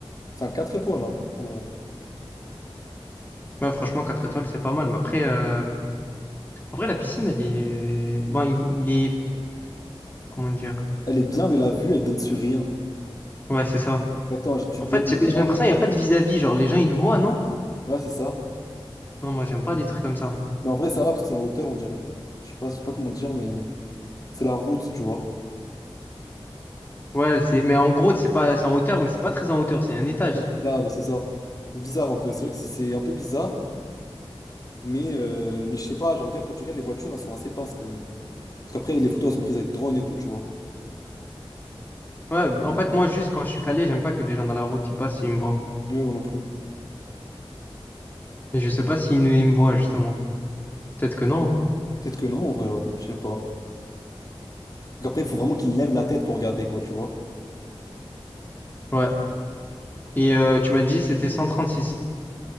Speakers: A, on the left; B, on the left.
A: C'est un 4 étoiles, hein, en vrai.
B: Ouais, franchement, quatre étoiles, c'est pas mal. Mais après, euh, en vrai, la piscine, elle est. Bon, il, il est. Comment dire?
A: Elle est bien, mais la vue, elle donne sur rien.
B: Ouais, c'est ça.
A: Exactement, tu
B: En
A: te
B: fait,
A: baignes
B: j'ai j'ai
A: dans
B: l'impression
A: la rue.
B: qu'il n'y a pas de vis-à-vis. Genre, les gens, ils te voient, non?
A: Ouais, c'est ça.
B: Non, moi, j'aime pas les trucs comme ça.
A: Mais en vrai, ça va parce que c'est en hauteur, on dirait. Je sais pas, je sais pas comment dire, mais c'est la route, tu vois.
B: Ouais, c'est. Mais en gros, c'est pas... c'est en hauteur, mais c'est pas très en hauteur, c'est un étage.
A: Ouais, c'est ça, ouais, c'est ça. Bizarre un peu. C'est vrai que c'est c'est un peu bizarre, mais, euh, mais je sais pas, je regarde quand tu regardes les voitures, elles sont assez basses quand même. Parce qu'après, les photos, elles sont prises avec drone et tout, tu vois.
B: Ouais, en fait, moi, juste quand je suis calé, j'aime pas que les gens dans la route, ils passent et ils me voient.
A: Ouais, moi non plus.
B: Mais je sais pas s'ils nous- ils me voient, justement. Peut-être que non.
A: Peut-être que non, en vrai, ouais, je sais pas. Donc après, il faut vraiment qu'il lève la tête pour regarder, quoi, tu vois.
B: hein. Ouais. Et euh, tu m'as dit c'était 136.